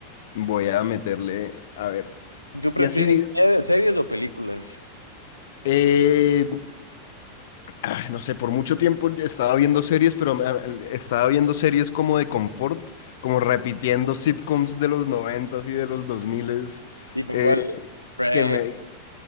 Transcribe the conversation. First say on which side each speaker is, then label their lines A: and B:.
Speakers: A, on the left (about 55°); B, on the left (about 85°).
A: Voy a meterle, a ver.
B: ¿Tú prefieres
A: Y así, di-
B: eh, series o películas?
A: eh, ah, no sé, por mucho tiempo estaba viendo series, pero me- estaba viendo series como de confort, como repitiendo sitcoms de los noventas y de los dos miles,
B: ¿Tipo
A: eh,
B: cuál? Friends,
A: que me...